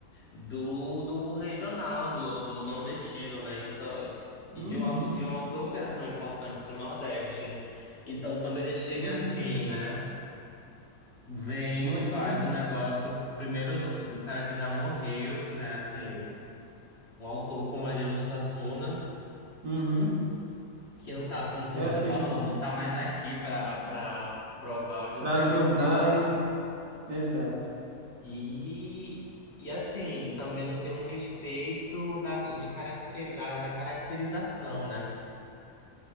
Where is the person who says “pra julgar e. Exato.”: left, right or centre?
Right